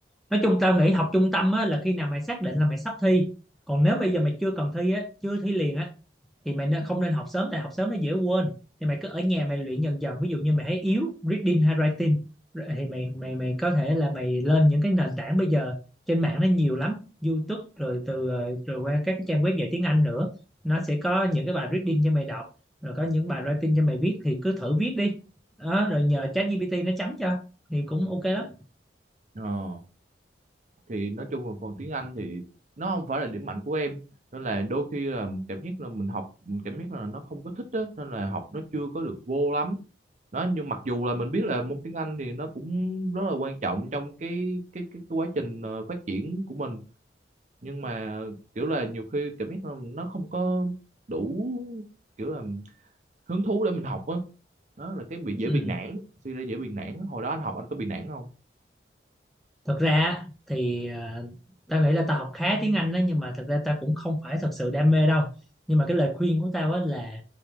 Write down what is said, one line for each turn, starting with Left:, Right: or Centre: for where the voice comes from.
Centre: nói chung tao nghĩ học trung tâm á, là khi nào mày xác định là mày sắp thi còn nếu bây giờ mày chưa cần thi á chưa thi liền á thì mày nên không nên học sớm tại học sớm nó dễ quên thì mày cứ ở nhà mày luyện dần dần ví dụ như mày thấy yếu reading hay writing thì mày mày mày có thể là mày lên những cái nền tảng bây giờ trên mạng nó nhiều lắm YouTube rồi từ ờ, rồi qua các cái trang web dạy tiếng Anh nữa nó sẽ có những cái bài reading cho mày đọc rồi có những bài writing cho mày viết thì cứ thử viết đi đó, rồi nhờ ChatGPT nó chấm cho thì cũng ok lắm
Right: ờ, thì nói chung là phần tiếng Anh thì nó không phải là điểm mạnh của em nên là đôi khi là cảm giác là mình học mình cảm giác là nó không có thích á nên là học nó chưa có được vô lắm đó nhưng mặc dù là mình biết là môn tiếng Anh thì nó cũng rất là quan trọng trong cái cái cái, cái quá trình ờ, phát triển của mình nhưng mà kiểu là nhiều khi cảm giác là nó không có đủ kiểu là hứng thú để mình học á đó là cái bị dễ
Centre: ừ.
Right: bị nản suy ra dễ bị nản hồi đó anh học anh có bị nản không
Centre: thật ra á, thì à, ta nghĩ là ta học khá tiếng Anh đó nhưng mà thật ra ta cũng không phải thật sự đam mê đâu nhưng mà cái lời khuyên của tao á là